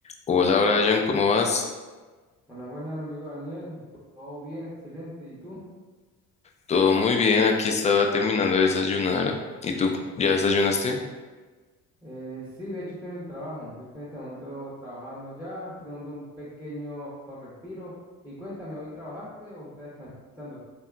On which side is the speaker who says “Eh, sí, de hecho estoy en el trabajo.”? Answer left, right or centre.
Centre